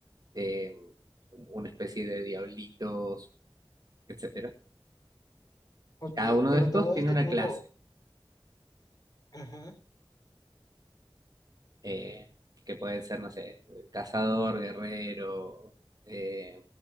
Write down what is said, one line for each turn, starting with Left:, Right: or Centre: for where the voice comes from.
Right: eh, una especie de diablitos, etcétera.
Left: Ok,
Right: Y cada uno
Left: pero
Right: de estos
Left: todo
Right: tiene
Left: esto
Right: una
Left: tú
Right: clase.
Left: lo... Ujú.
Right: eh, que pueden ser, no sé, cazador, guerrero. eh,